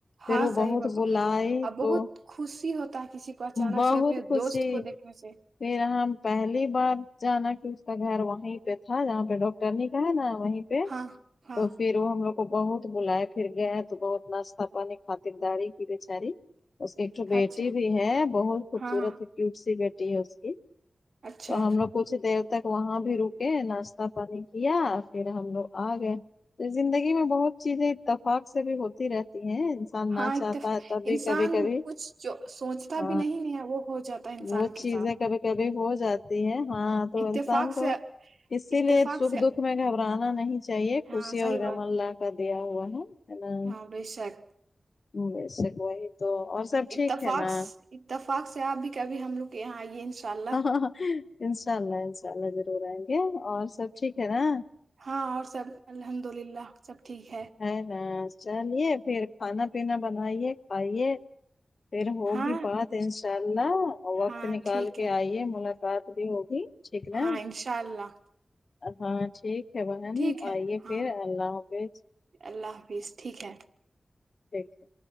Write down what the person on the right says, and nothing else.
ہاں
صحیح
بابا
ا
بہت خوشی ہوتا ہے کسی کو اچانک
سے اپنے
دوست کو دیکھنے سے
ہاں ہاں
اچھا
ہاں ہاں
اچھا
ہاں اتف...
انسان
کچھ جو سوچتا
بھی نہیں ہے وہ ہو جاتا ہے انسان
کے ساتھ
اتفاق
سے
اتفاق
سے
ہاں صحیح
بات
ہاں بی شاک
اتفاق
اتفاق سے آپ بھی کبھی ہم لوگ کے یہاں آئیے شاء اللہ
ہاں اور سب الحمد للہ سب ٹھیک
ہاں
ہاں
ٹھیک
ہے
ہاں انشاء اللہ
ٹھیک ہے
ہاں
اللہ حافظ ٹھیک ہے